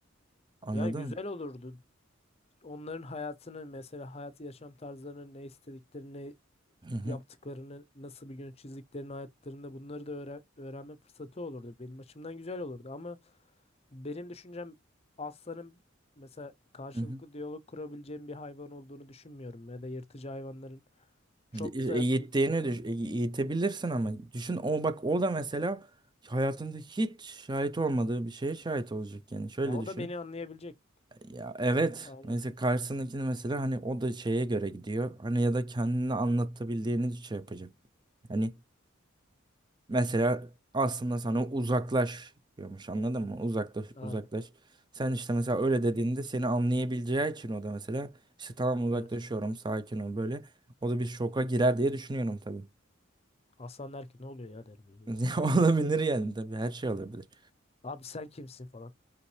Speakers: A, on the right; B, on the left.
A: Anladın
B: Yani güzel
A: mı?
B: olurdu. Onların hayatını mesela hayat yaşam tarzlarını ne istediklerini
A: Hı hı.
B: yaptıklarını, nasıl bir gün çizdiklerini hayatlarında bunları da öğren- öğrenme fırsatı olurdu. Benim açımdan güzel olurdu ama benim düşüncem aslanın mesela karşılıklı
A: Hı hı.
B: diyalog kurabileceğim bir hayvan olduğunu düşünmüyorum ya da yırtıcı hayvanların çok
A: E, Eğittiğini
B: da
A: düş e, eğitebilirsin ama düşün o bak o da mesela hayatında hiç şahit olmadığı bir şeye şahit olacak yani şöyle
B: ya o
A: düşün.
B: da beni anlayabilecek.
A: Ya evet.
B: Aynen.
A: Mesela karşısındakini mesela hani o da şeye göre gidiyor. Hani ya da kendini anlatabildiğini şey yapacak. Hani mesela aslında sana uzaklaş diyormuş anladın mı? Uzaklaş
B: Aynen.
A: uzaklaş. Sen işte mesela öyle dediğinde seni anlayabileceği için o da mesela işte tamam uzaklaşıyorum
B: Evet.
A: sakin ol böyle. O da bir şoka girer diye düşünüyorum tabii.
B: Aslan der ki ne oluyor ya der böyle
A: <laughs>
B: bir
A: Olabilir
B: durur.
A: yani tabii her şey olabilir.
B: Abi sen kimsin falan.